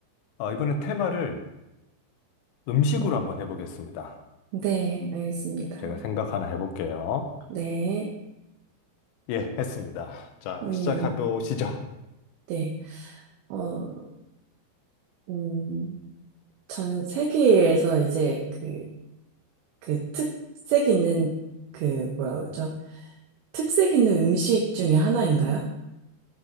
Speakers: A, on the left; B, on the right.
A: 아, 이번엔 테마를 음식으로 한번 해보겠습니다.
B: 네, 알겠습니다.
A: 제가 생각 하나 해볼게요.
B: 네.
A: 예, 했습니다. 자,
B: 음,
A: 시작해 보시죠.
B: 네. 어, 음, 전 세계에서 이제 그, 그 특색 있는 그 뭐라 그러죠? 특색 있는 음식 중에 하나인가요?